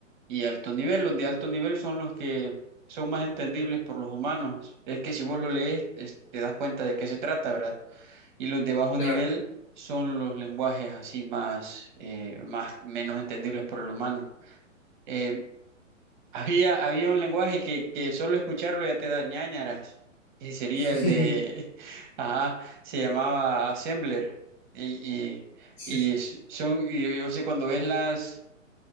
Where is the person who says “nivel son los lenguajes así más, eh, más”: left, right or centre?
Right